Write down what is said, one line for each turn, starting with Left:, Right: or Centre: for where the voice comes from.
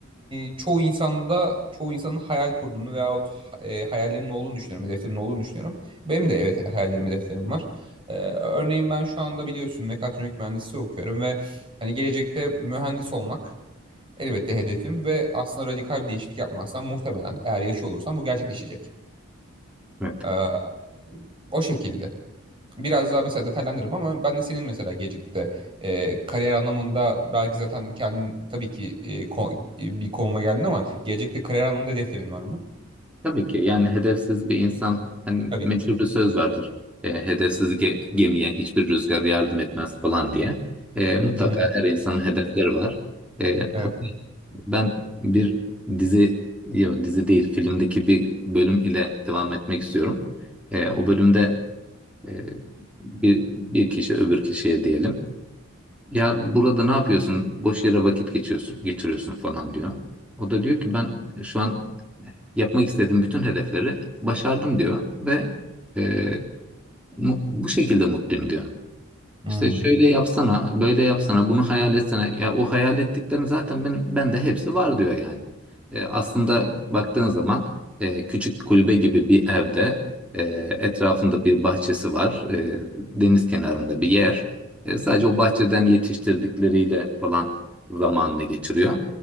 Right: e, çoğu insanda çoğu insanın hayal kurduğunu veyahut e, hayallerinin olduğunu düşünüyorum, hedeflerinin olduğunu düşünüyorum. Benim de evet hayallerim, hedeflerim var. E, örneğin ben şu anda biliyorsun mekatronik mühendisliği okuyorum ve hani gelecekte mühendis olmak elbette hedefim ve aslında radikal bir değişiklik yapmazsam muhtemelen eğer yaşıyor olursam bu gerçekleşecek.
Centre: Evet.
Right: E, o şekilde. biraz daha mesela detaylandırırım ama ben de senin mesela Gecik'te e, kariyer anlamında belki zaten kendin tabii ki e, ko- e, bir konuma geldin ama Gecik'te kariyer anlamında hedeflerin var mı?
Centre: Tabii ki yani hedefsiz bir insan hani
Right: Tabii.
Centre: meşhur bir söz vardır. E, hedefsiz ge- gemiye hiçbir rüzgar yardım etmez falan diye. E, mutlaka
Right: Hı-hı.
Centre: her insanın hedefleri var. E, hatta
Right: Evet.
Centre: ben bir dizi yok dizi değil filmdeki bir bölüm ile devam etmek istiyorum. E, o bölümde e, bir, bir kişi öbür kişiye diyelim. Ya burada ne yapıyorsun? Boş yere vakit geçiyorsun, geçiriyorsun falan diyor. O da diyor ki ben şu an yapmak istediğim bütün hedefleri başardım diyor ve e, mu- bu şekilde mutluyum diyor.
Right: Hmm.
Centre: İşte şöyle yapsana, böyle yapsana, bunu hayal etsene. Ya o hayal ettiklerin zaten benim bende hepsi var diyor yani. E, aslında baktığın zaman e, küçük kulübe gibi bir evde e, etrafında bir bahçesi var. E, deniz kenarında bir yer. E, sadece o bahçeden yetiştirdikleriyle falan zamanını geçiriyor.